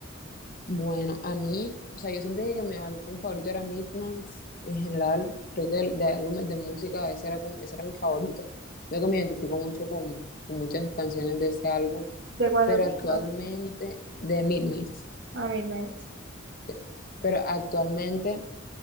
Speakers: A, on the left (about 45°); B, on the right (about 60°).
A: Bueno, a mí, o sea, yo siempre dije que mi álbum favorito era Midnight, en general, creo que de, de álbumes de música ese era, como- ese era mi favorito. Creo que me identifico mucho con, con muchas canciones de ese álbum,
B: ¿De cuál
A: pero
B: de folclore?
A: actualmente, de Midnight,
B: A Midnight.
A: sí. pero actualmente...